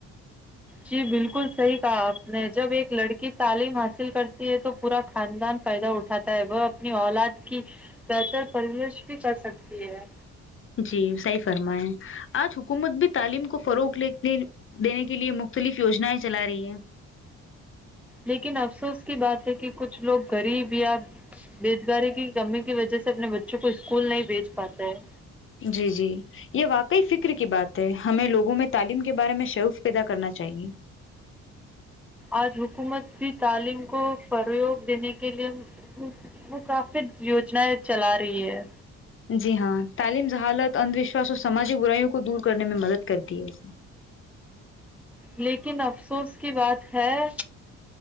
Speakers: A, in the centre; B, on the left.
A: جی بالکل صحیح کہا آپ نے جب ایک لڑکی تعلیم حاصل کرتی یہ تو پورا خاندان فائدہ اٹھاتا ہے وہ اپنی اولاد کی بہتر پرورش بھی کر سکتی ہے
B: جی صی فرمائیں آج حکومت بھی تعلیم کو فروغنے دینے کے لیے مختلف یوجنیں چلا رہی ہے
A: لیکن افسوس کی بات ہے کہ کہ کچھ لوگ غریب یا بوزگاری کی کمی کی وجہ سے اپنے بچوں کو اسکول نہیں بھیج پاتے ہیں
B: جی جی یہ واقعی فکر کی بات ہے ہمیں لوگوں میں تعلیم کے بارے میں شعوف پیدا کرنا چاہیے
A: آج حکومت بھی تعلیم کو فرو دینے کے لیے میں کافی یوجنایں چلا رہی ہے
B: جی ہاں تعلیم ہالت اندھ وشواس اور سماجی برائیوں کو دور کرنے میں مدد کرتی ہےے
A: لیکن افسوس کی بات ہے